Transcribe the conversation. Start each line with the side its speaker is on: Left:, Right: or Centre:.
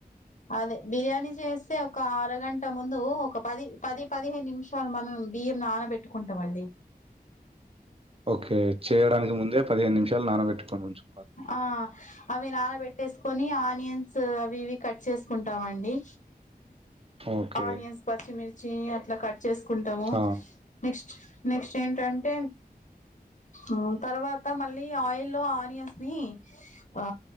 Left: అదే బిర్యానీ చేస్తే ఒక అరగంట ముందు ఒక పది పది పదిహేను నిమిషాలు మనం బియ్యం నానబెట్టుకుంటాం అండి
Right: ఓకే చేయడానికి ముందే పదిహేను నిమిషాలు నానబెట్టుకోవాలీ కొంచెం
Left: ఆ అవి నానబెట్టేసుకొని ఆ నియన్స్ అవి ఇవి కట్ చేసుకుంటాం అండి
Right: ఓకే
Left: ఆనియన్స్ పచ్చిమిర్చి అట్లా కట్ చేసుకుంటాము
Right: ఆ
Left: నెక్స్ట్ నెక్స్ట్ ఏంటంటే ఉమ్ తర్వాత మళ్ళీ ఆయిల్లో లో ఆనియన్స్ ని ఆ